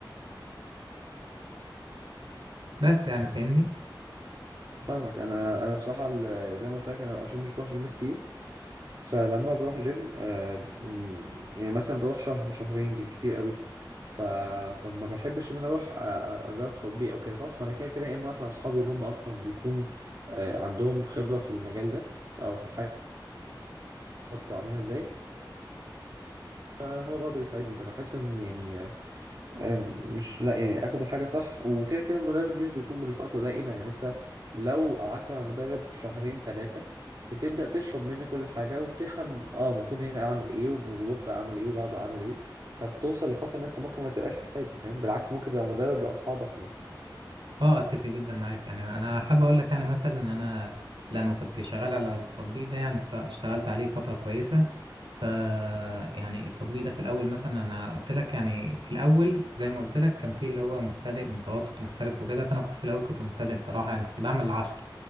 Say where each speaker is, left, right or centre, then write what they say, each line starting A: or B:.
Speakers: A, on the right; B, on the right.
A: يعني فاهمني
B: فاهمك انا انا بصراحه ال- زي ما قلت لك انا عشان مش بروح جيم كتير فلما بروح جيم آه يعني يعني مثلا بروح شهر شهرين بالكتير قوي ف... فما بحبش ان انا اروح أ- أ- اجرب في تطبيق او كده خلاص ما انا كده كده يا اما اروح مع اصحابي اللي هم اصلا بيكون آه عندهم خبره في المجال ده ف... او في الحاجه بالظبط واعملها ازاي فهو برضه بيساعدني فبحس ان يعني آه، آم، مش لا يعني اخد الحاجه صح وكده كده المدرب مش بيكون بالفتره دائمه يعني انت لو قعدت مع المدرب شهرين ثلاثه بتبدا تشرب منه كل حاجه وبتفهم اه المفروض هنا اعمل ايه وبكره اعمل ايه وبعده اعمل ايه فبتوصل لفتره ان انت ممكن ما تبقاش محتاجه فاهم بالعكس ممكن تبقى مدرب لاصحابك يعني
A: اه اتفق جدا معاك يعني انا حابب اقول لك يعني مثلا ان انا لما كنت شغال على التطبيق ده يعني اشت- اشتغلت عليه فتره كويسه ف يعني التطبيق ده في الاول مثلا انا قلت لك يعني في الاول زي ما قلت لك كان في اللي هو مبتدئ ومتوسط ومحترف وكده فانا كنت في الاول كنت مبتدئ صراحه يعني كنت بعمل العشرة